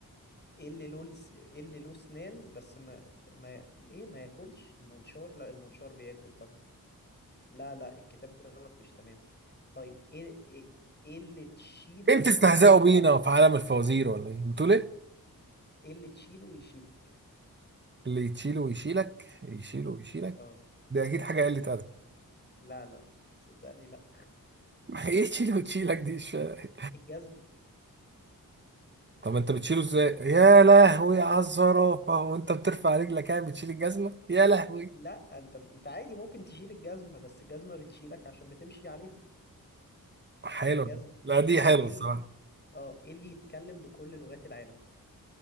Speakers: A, on the left (about 30°); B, on the right (about 30°).
A: ايه اللي له لس- ايه اللي له اسنان بس ما ما ايه ما ياكلش المنشار لا المنشار بياكل طبعا لا لا الكتاب دوت مش تمام طيب ايه ايه إيه اللي تشيله
B: ايه بتستهزئوا
A: ويشيلك
B: بينا في عالم الفوازير ولا ايه بتقول ايه
A: ايه اللي تشيله ويشيلك
B: اللي يتشيله ويشيلك يشيله ويشيلك
A: اه
B: دي اكيد حاجه قله ادب
A: لا لا صدقني لا
B: <laughs> ايه تشيله وتشيلك دي مش فاهم.
A: الجزمة
B: طب انت بتشيله ازاي يا لهوي على الزرافه وانت بترفع رجلك يعني بتشيل الجزمه يا لهوي
A: لا انت انت عادي ممكن تشيل الجزمة بس الجزمة بتشيلك عشان بتمشي عليها
B: حلو
A: فالجزمة
B: لا دي
A: طب
B: حلوه
A: ايه اللي
B: الصراحه
A: اه ايه اللي يتكلم بكل لغات العالم